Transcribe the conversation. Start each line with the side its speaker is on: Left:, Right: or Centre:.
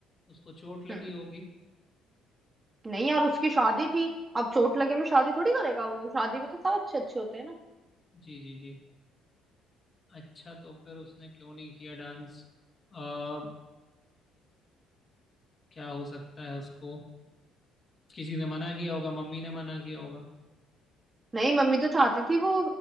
Left: उसको चोट लगी
Right: हम्म
Left: होगी
Right: नहीं यार उसकी शादी थी अब चोट लगे में शादी थोड़ी करेगा वो शादी में तो सब अच्छे अच्छे होते हैं ना
Left: जी जी जी अच्छा तो फिर उसने क्यों नहीं किया डांस आ, क्या हो सकता है उसको किसी ने मना किया होगा मम्मी ने मना किया होगा
Right: नहीं मम्मी तो चाहती थी वो